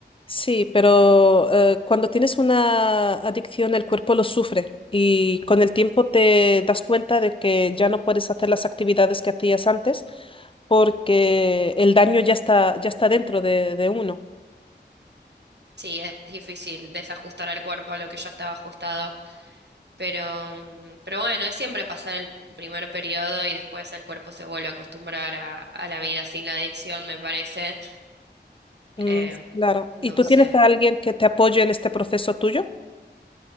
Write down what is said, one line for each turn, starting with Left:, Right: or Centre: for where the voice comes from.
Left: Sí, pero eh, cuando tienes una adicción el cuerpo lo sufre y con el tiempo te das cuenta de que ya no puedes hacer las actividades que hacías antes porque el daño ya está, ya está dentro de, de uno.
Right: Sí, es difícil desajustar al cuerpo a lo que ya estaba ajustado, pero, mm, pero bueno, es siempre pasar el primer periodo y después el cuerpo se vuelve a acostumbrar a, a la vida sin la adicción, me parece.
Left: Mm,
Right: Eh,
Left: claro.
Right: no
Left: ¿Y tú
Right: sé.
Left: tienes a alguien que te apoye en este proceso tuyo?